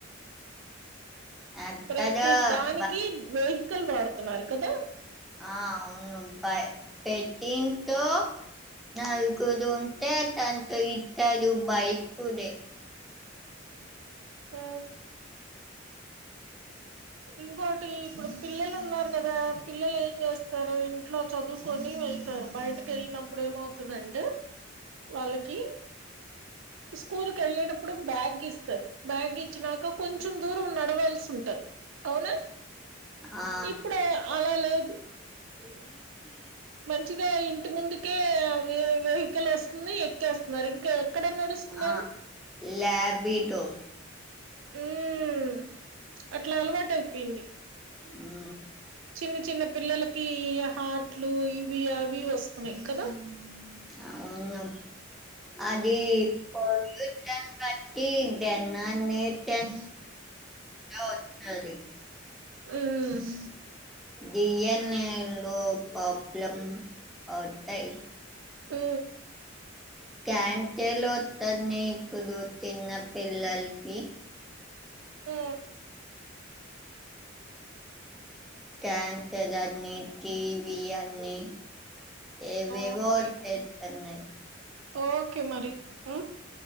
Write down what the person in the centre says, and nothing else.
అక్కడ
బ
ఆ అవును బ పెట్టింతో నాలు గుదు ఉంటే తంత ఇట్టదు బైక్దే
ఆ
ఏమీ
ఆ లాబిటొ
ఉ
అవును అదీ పొల్యూటన్ బట్టి దెనా నెట్
ఇలా ఒత్తాలి
డీఎన్ఏ లో ప్రాబ్లం ఒత్తాయి
క్యాన్సల్ ఒత్తంది ఇప్పుడు తిన్న పిల్లలకి
క్యాన్సల్ అనీ టీవీ అని ఏవేవో
వచ్చేస్తున్నాయి